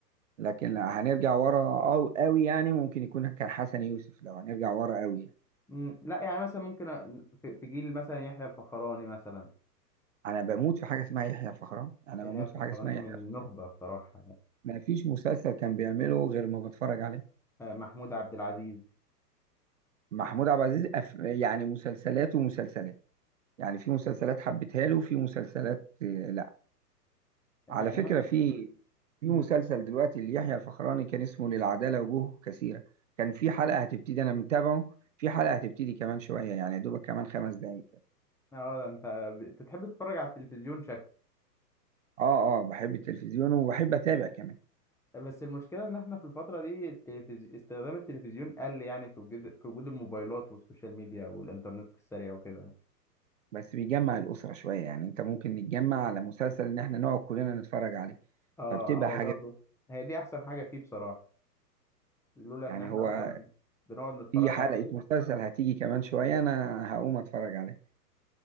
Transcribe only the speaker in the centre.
مم، لا يعني مثلا ممكن أ- في في جيل مثلا يحيى الفخراني مثلا
يحيى
الفخراني
من النخبة
بصراحة يعني.
آه، محمود عبد العزيز
آه،
يعني
ما-
مم،
اه ده انت ب- بتحب تتفرج على التلفزيون شكل
بس المشكلة إن إحنا في الفترة دي التلفزي... استخدام التلفزيون قل يعني في وجود في وجود الموبايلات والسوشيال ميديا والإنترنت السريع وكده
اه
هو
برضو هي دي احسن حاجه فيه بصراحه لولا ان
احنا
مثلا بنقعد نتفرج
عليه